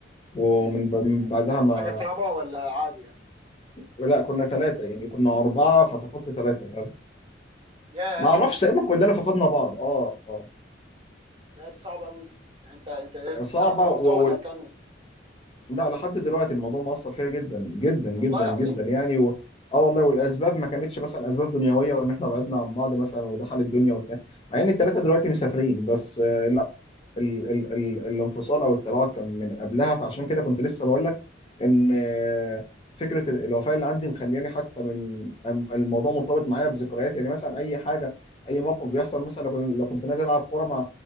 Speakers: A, on the left (about 30°); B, on the right (about 25°).
A: ومن
B: مم.
A: ب- من بعدها
B: كانت
A: ما
B: حاجه صعبه ولا عادي يعني
A: لا كنا ثلاثة يعني كنا أربعة ففقدت ثلاثة فاهم
B: ياه
A: ما أعرفش تقريبا كلنا فقدنا بعض أه أه
B: لا دي صعبه قوي دي يعني انت انت قدرت تستحمل
A: صعبة
B: الموضوع
A: و...
B: ولا
A: و...
B: كان
A: لا لحد دلوقتي الموضوع مؤثر فيها جدا جدا جدا
B: والله العظيم
A: جدا يعني و... اه والله والاسباب ما كانتش مثلا اسباب دنيويه وان احنا بعدنا عن بعض مثلا ودخل الدنيا وبتاع مع ان الثلاثه
B: مم.
A: دلوقتي مسافرين بس آه، لا ال ال ال الانفصال او التباعد كان من قبلها فعشان كده كنت لسه بقول لك ان آه، فكره ال- الوفاه اللي عندي مخلياني حتى من أم- الموضوع مرتبط معايا بذكريات يعني مثلا اي حاجه اي موقف بيحصل مثلا لو كنت لو كنت نازل العب كوره مع